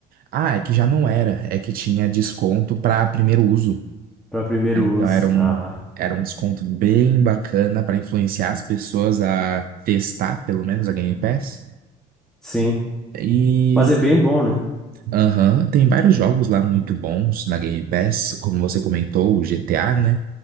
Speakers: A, on the right; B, in the centre.
A: Ah, é que já não era. É que tinha desconto para primeiro uso.
B: pra primeiro
A: né?
B: uso.
A: Então era um,
B: Ah,
A: era um desconto bem bacana para influenciar as pessoas a testar, pelo menos, a Game Pass.
B: sim,
A: E
B: mas é bem bom, né?
A: aham, tem vários jogos lá muito bons na Game Pass, como você comentou, o GTA, né?